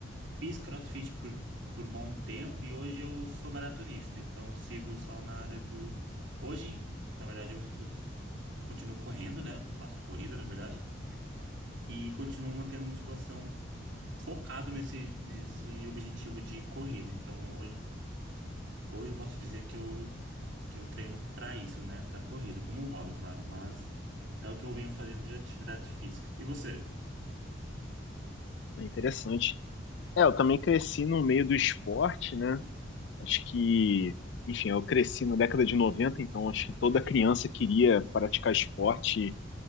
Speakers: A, on the right (about 70°); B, on the left (about 65°).
A: fiz CrossFit por, por bom tempo e hoje eu sou maratonista, então eu sigo só na área do hoje, na verdade eu, eu continuo correndo, né? Faço corrida, na verdade, e continuo mantendo musculação focado nesse nesse objetivo de corrida. Então hoje hoje eu posso dizer que eu que eu treino para isso, né? Para corrida, como um hobby, claro, mas é o que eu venho fazendo de atividade física. E você?
B: é interessante. É, eu também cresci no meio do esporte, né? Acho que, enfim, eu cresci na década de 90, então acho que toda criança queria praticar esporte